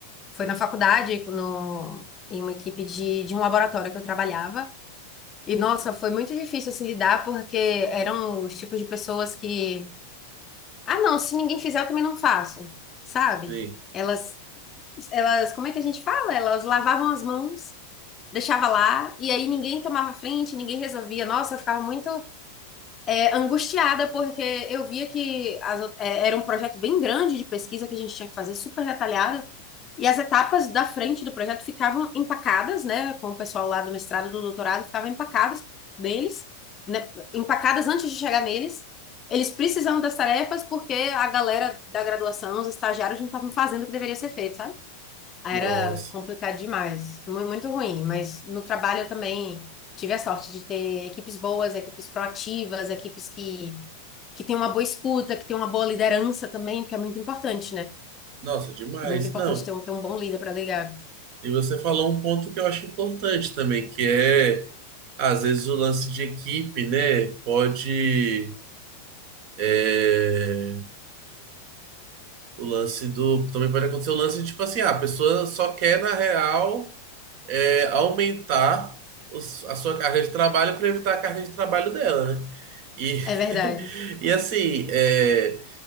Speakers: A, on the left; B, on the right.
A: Foi na faculdade, no, em uma equipe de, de um laboratório que eu trabalhava. E, nossa, foi muito difícil assim lidar, porque eram os tipos de pessoas que, ah, não, se ninguém fizer, eu também não faço, sabe?
B: Sim.
A: Elas elas, como é que a gente fala? Elas lavavam as mãos, deixava lá, e aí ninguém tomava frente, ninguém resolvia. Nossa, eu ficava muito é, angustiada, porque eu via que as o- é, era um projeto bem grande de pesquisa que a gente tinha que fazer, super detalhado, e as etapas da frente do projeto ficavam empacadas, né, com o pessoal lá do mestrado, do doutorado, ficavam empacadas deles, né, empacadas antes de chegar neles. Eles precisavam das tarefas porque a galera da graduação, os estagiários, não estavam fazendo o que deveria ser feito, sabe? Era
B: Nossa,
A: complicado demais, mu- muito ruim, mas no trabalho eu também tive a sorte de ter equipes boas, equipes proativas, equipes que, que têm uma boa escuta, que têm uma boa liderança também, porque é muito importante, né?
B: nossa, demais.
A: É muito importante
B: Não.
A: ter um, ter um bom líder para ligar.
B: E você falou um ponto que eu acho importante também, que é, às vezes, o lance de equipe, né? Pode. é, o lance do. Também pode acontecer o lance de, tipo assim, ah, a pessoa só quer, na real, é, aumentar os- a sua carga de trabalho para evitar a carga de trabalho dela, né? E,
A: É verdade.
B: <laughs> e assim, é,